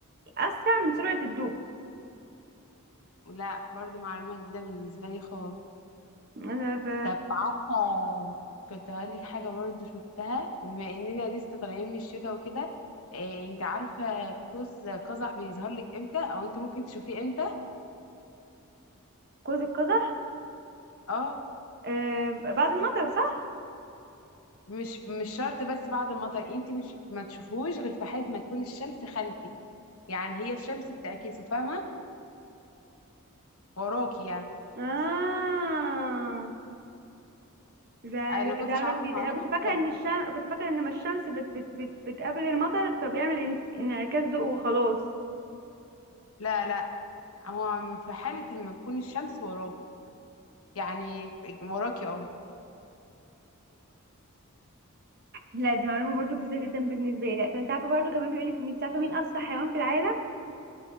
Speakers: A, on the right; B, on the left.
A: اسرع من سرعه الضوء
B: لا برضو معلومه جديده بالنسبه لي خالص
A: انا ف
B: طب عارفه كنت هقول لك حاجه برضو شفتها بما اننا لسه طالعين من الشتاء وكده إيه انت عارفه قوس قزح بيظهر لك امتى او انت ممكن تشوفيه امتى
A: قوس القزح
B: اه
A: آه بعد المطر صح
B: مش مش شرط بس بعد المطر انت مش ما تشوفوش غير في حالة ما تكون الشمس خلفي يعني هي الشمس بتعكسه فاهمة وراكي يعني
A: اه ده
B: انا ما كنتش
A: ده معلومة
B: عارفة
A: جديدة
B: المعلومة
A: أنا كنت فاكرة
B: دي برضه
A: إن الشمس كنت فاكرة إن ما الشمس بت... بت... بت... بتقابل المطر فبيعمل ان- انعكاس ضوء وخلاص
B: لا لا هو في حالة لما تكون الشمس وراكي يعني في- وراكي اهو
A: لا دي معلومة برضو جديدة جدا بالنسبة لي لا طب أنت عارفة برضو كمان بيقولك مين عارفة مين أسرع حيوان في العالم